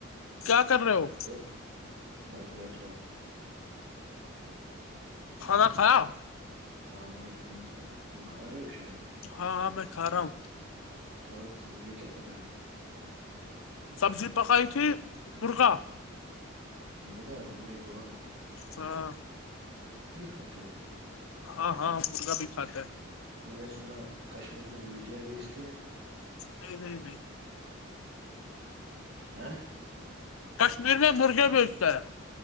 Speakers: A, on the left (about 80°); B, on the right (about 55°).
A: کیا کر رہے ہو
B: اور بس بیٹھا ہوں
A: خدا تھاا آ
B: ہاں میں نے کھانا کھایا تم کھا رہے ہو شاید
A: ہاں ہاں میں کھ رہا ہوں
B: اور سبزی کیا پکائی
A: سبزی پکائی تھی مرغا
B: مرغہ عمئی گوڈھ
A: ہاں
B: کھاتے ہو
A: ہاں ہاں مرغا بھی کھاتا ہے
B: میں نے سنا کشمیر میں مرغیاں بیچتے
A: نہیں نہیں نہیں
B: ہاں
A: کشمیر میں مرغے بیچتا ہے